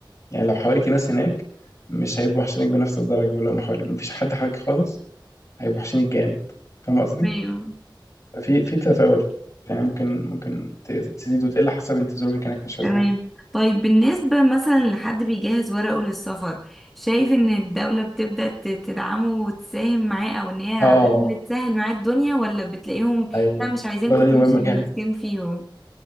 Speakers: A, on the left; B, in the centre.
A: يعني لو حواليك ناس هناك مش هيبقوا وحشينك بنفس الدرجه ولو محولي... مفيش حد حواليك خالص هيبقوا وحشينك جامد فاهم قصدي
B: تمام
A: في في تفاوت يعني ممكن ممكن ت- تزيد وتقل حسب انت ظروفك كانت ماشيه
B: تمام
A: ازاي
B: طيب بالنسبة مثلا لحد بيجهز ورقه للسفر شايف ان الدولة بتبدأ ت- تدعمه وتساهم معاه او ان هي على
A: اه
B: الأقل تسهل معاه الدنيا ولا بتلاقيهم
A: ايوه
B: لا مش عايزينكم
A: النقطه
B: تمشي
A: دي مهمه جامد
B: وماسكين فيهم